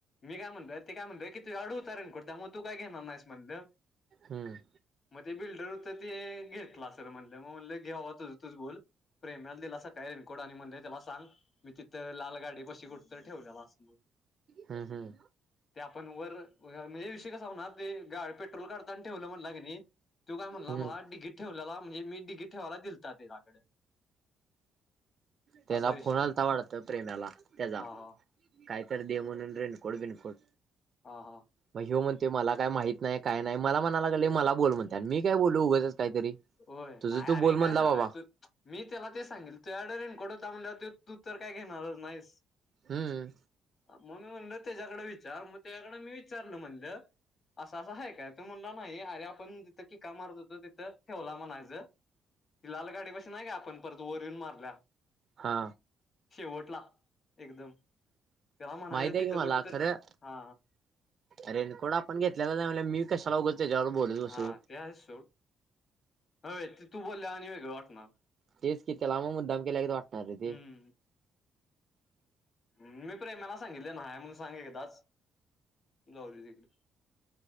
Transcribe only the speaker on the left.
मी काय म्हणतय ते काय म्हणतय की तु तुझ्याकड होता रेन कोट त्यामुळ तू काय घेणार नाहीस म्हणलं.
मग ते बिल्डर हो तर ते घेतला असेल म्हटलं मग म्हटलं घ्याव तुझ तूच बोल. प्रेम्याला दिल असं काय रेकट आणि म्हणे त्याला सांग. मी तिथं लाल गाडी कशी कुठ तर ठेवल्या आसल.
ते आपण वर म्हणजे विवषय कस होणार ते गा पेट्रोल काढत. ठेवलं म्हणला की तो काय म्हणला
मला डिगीकीत ठेवलेला म्हणजे मी डगीकीत ठेवायला दिलतात त्याच्याकडे.
असा विषय
हा हा
ह हा.
होय
नाही
अरे
काय सांगा
तू मी त्याला ते सांगीतल तू. रेनकोट होता म्हणल्यावर तू तर काय घेणार नाहीस
म्हणून म्ह त्याच्या्याकड विचार मग त्याच्याकड मी विचारलं म्हणलं. असं असं आहे काय तो म्हणला नाही अरे आपण तिथं कीका मारत होतो तिथं ठेवला म्हणायच ति लाल गाडीपाशी नाही का आपण परत वर येऊन मारल्या
शेवटला एकदम तेला म्हणायचं
तिथं
कुठ तर
हा
हा ते आहे सोड होय ते तू बोलल्यावर आणि वेगळं वाटणार
हम्म मी प्रेमाला सांगितलय नाहीये म्हणून सांग एकदाच जाऊ तिकडे